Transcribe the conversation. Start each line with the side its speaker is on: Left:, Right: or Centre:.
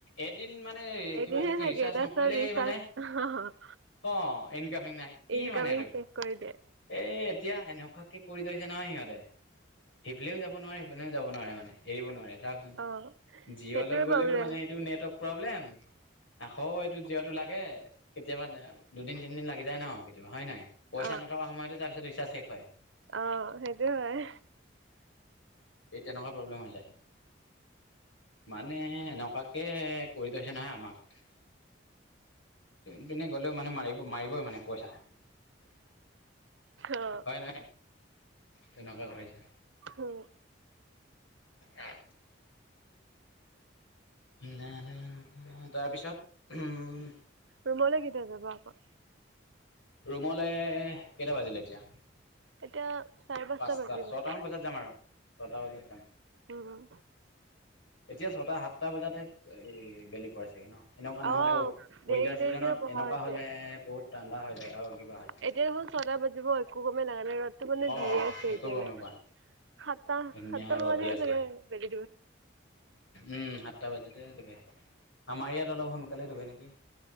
Left: এদিন মানে
Right: একদিনহে
Left: কিবা
Right: থাকে
Left: ৰিচাৰ্জ
Right: তাৰপিছত
Left: নকৰিলেই
Right: ৰিচাৰ্জ
Left: মানে অ ইনকামিং নাই কি
Right: ইনকামিং
Left: মানেটো
Right: শেষ কৰি দিয়ে।
Left: এ এতিয়া এনেকুৱ কে কৰি থৈছে নহয়। সিহঁতে সিফালেও যাব নোৱাৰে, এইপিনেও যাব নোৱাৰে মানে এৰিব নোৱাৰে। চাওঁকচোন,
Right: অ
Left: জিঅ'লৈ
Right: সেইটোৱে
Left: গ'লেও
Right: প্ৰব্লেম
Left: মানে এইটো নেটৱৰ্ক প্ৰব্লেম। আকৌ এইটো জিঅ'টো লাগে, কেতিয়াবা দুদিন তিনিদিন লাগি যায় ন কেতিয়াবা হয়ে নহয় পইচা
Right: অ
Left: নথকা সময়তঝ তাৰপিছত ৰিচাৰ্জ শেষ হয়।
Right: অ' সেইটোৱে হয়।
Left: এই তেনেকুৱা প্ৰব্লেম হৈ যায় মানে এ এনেকুৱাকে কৰি থৈছে নহয় আমাক যোনপিনে গ'লেও মানে মাৰিব মাৰিবই মানে পইচা। হয়
Right: অ
Left: নাই, তেনেকুৱাই কৰিছে।
Right: উম
Left: আহ নাই না তাৰপিছত উম।
Right: ৰুমলৈ কেতিয়া যাব আকৌ।
Left: ৰুমলে কেইটা বাজিলে এতিয়া।
Right: এতিয়া চাৰে
Left: পাঁচটা,
Right: বাজি গ'ল।
Left: ছয়টামান বজাত যাম আৰু ছয়টা বজাত যাম।
Right: উম
Left: এতিয়া ছটা, সাতটা বজাতহে এই বেলি পৰে চাগৈ ন। এনেকুৱা নহ'লে
Right: অ
Left: উইণ্টাৰ
Right: দেৰি
Left: ছিজনত
Right: দেৰিকে বহা
Left: এনেকুৱা
Right: হৈছে।
Left: হ'লে বহুত ঠাণ্ডা হৈ যায় আৰু কিবা হৈ যায়
Right: এতিয়া দেখোন ছয়টা বাজিব একো কমে লাগা নাই। এইটো মানে
Left: অঁ
Right: দিয়ে আছে,
Left: একো
Right: এতিয়ালৈ
Left: গমেই পোৱা নাই
Right: সাতটা
Left: ধুনীয়া
Right: সাতটা
Left: ৰ'দ
Right: মানান
Left: দি আছে
Right: চাগে বেলি
Left: উম, সাতটা বাজোতে দোবে আমাৰ ইয়াত অলপ সোনকালে দোবে নেকি?